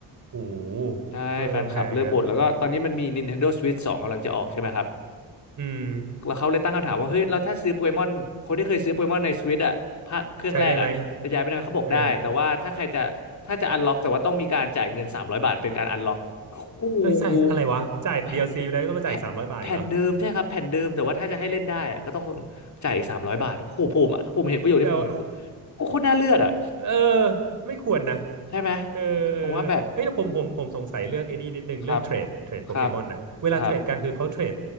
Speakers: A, on the right (about 50°); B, on the left (about 50°).
A: โอ้โห
B: ใช่แฟนคลับเริ่มบ่นแล้วก็ตอนนี้มันมี
A: เออ แพงอ่ะ
B: Nintendo Switch 2กำลังจะออกใช่ไหมครับ
A: อืม
B: แล้วเขาเลยตั้งคำถามว่าเฮ้ยเราถ้าซื้อโปเกมอนคนที่เคยซื้อโปเกมอนใน Switch อ่ะภาคเครื่องแรกอ่ะจะย้ายไปได้ไหมเขาบอกได้แต่ว่าถ้าใครจะถ้าจะอันล็อกแต่ว่าต้องมีการจ่ายเงิน300บาทเป็นการอันล็อกโอ้โห
A: ใช้ได้ไหมเออเอ้ยจ่ายอะไรวะ จ่าย
B: แผ่น
A: DLC ไปแล้วก็ต้องมาจ่ายสามร้อยบาทอีกเหรอ
B: แผ่นแผ่นเดิมใช่ครับแผ่นเดิมแต่ว่าถ้าจะให้เล่นได้อะก็ต้องจ่ายอีกสามร้อยบาทโอ้โหผมผมเห็นประโยชน์ที่ผม
A: เอาเอา
B: โอ้โคตรน่าเลือดอ่ะ
A: เออไม่ควรนะ
B: ใช่ไหม
A: เออเออ
B: ผมว่าแบบ
A: เฮ้ยแล้วผมผมผมสงสัยเรื่องไอ้นี่นิดนึงเรื่องเทรดเทรดโปเกมอนน่ะเวลาเทรดกันคือเขาเทรด
B: ครับครับครับ